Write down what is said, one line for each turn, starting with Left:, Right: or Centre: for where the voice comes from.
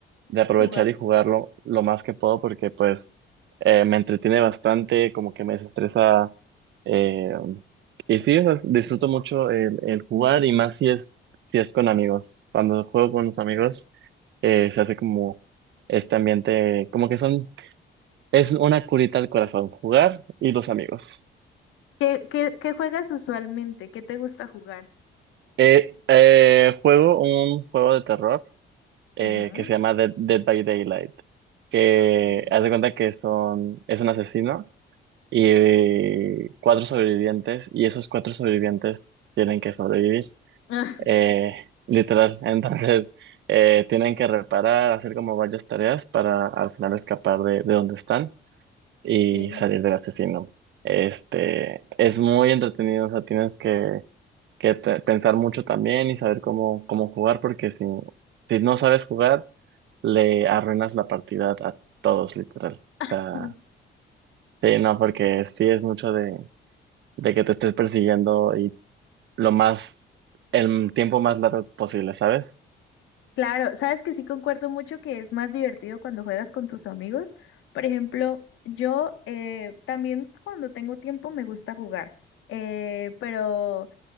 Right: de aprovechar
Left: Jugar.
Right: y jugarlo lo más que puedo porque pues eh, me entretiene bastante, como que me desestresa eh, y sí, o sea, disfruto mucho el, el jugar y más si es, si es con amigos. Cuando juego con los amigos eh, se hace como este ambiente, como que son, es una curita al corazón, jugar y los amigos.
Left: ¿Qué, qué, qué juegas usualmente? ¿Qué te gusta jugar?
Right: Eh, eh, juego un juego de terror eh,
Left: Ujú,
Right: que se llama Dead, Dead by Daylight, que
Left: ok.
Right: haz de cuenta que son, es un asesino y cuatro sobrevivientes, y esos cuatro sobrevivientes tienen que sobrevivir,
Left: <laughs>
Right: eh, literal. <laughs> Entonces, eh, tienen que reparar, hacer como varias tareas para al final escapar de, de donde están y
Left: Ok.
Right: salir del asesino. Este, es muy entretenido, o sea, tienes que, que te- pensar mucho también y saber cómo, cómo jugar, porque si, si no sabes jugar, le arruinas la partida a todos, literal. O sea,
Left: <laughs>
Right: sí, no, porque sí es mucho de, de que te estés persiguiendo y lo más, el tiempo más largo posible, ¿sabes?
Left: Claro, sabes que sí concuerdo mucho que es más divertido cuando juegas con tus amigos. Por ejemplo, yo eh, también cuando tengo tiempo me gusta jugar, eh, pero